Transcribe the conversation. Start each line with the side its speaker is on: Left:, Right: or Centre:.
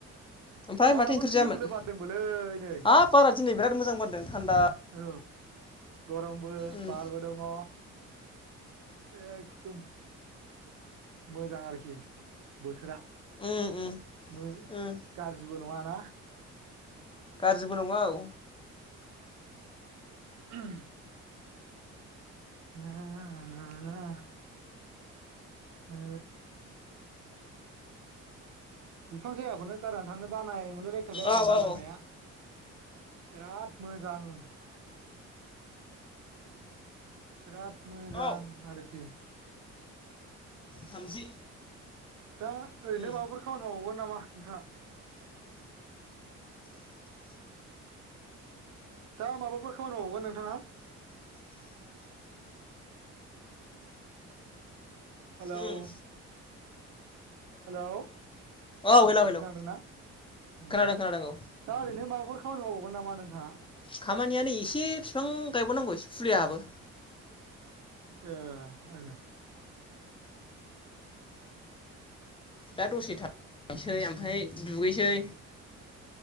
Left: ओमफ्राय
Right: बाराबो
Left: माथो इंख्रि
Right: खोलो
Left: जायामोन
Right: खोलो बारदोंबोलै नै
Left: हाब बारा दिनै बिराद मोजां बारदों थान्दा
Right: औ गरमबो
Left: उम
Right: बारबो दङ एखदम मोजां आरोखि बोथोरा
Left: उम उम
Right: मो
Left: उम
Right: गाज्रिबो नङा ना
Left: गाज्रिबो नङा औ
Right: उम ना ना नै हु बिफां सायाखौनो गारनानै थांनो बानाय मोनलाय लायथारबाय आं
Left: औ
Right: बार
Left: औ
Right: नांनाया
Left: औ
Right: बिराद मोजां <inaudible> बिराद मोजां
Left: औ
Right: आरोखि <inaudible>
Left: थामजि
Right: दा ओरैनो
Left: उम
Right: माबाफोर खामानि मावबावगोन नामा नोंथाङा दा माबाफोर खामानि मावबावगोन नोंथाङा हेल'
Left: उम
Right: हेलौ उम
Left: औ हेलौ हेलौ
Right: खोनादोंना उम
Left: खोनादों खोनादों औ
Right: दा ओरैनो माबाफोर खामानि मावबावगोन नामा नोंथाङा
Left: खामानियानो एसे बिफां गायबावनांगौसे फुलियाबो
Right: ए ओ
Left: दा दसे था थांसै आमफाय दुगैसै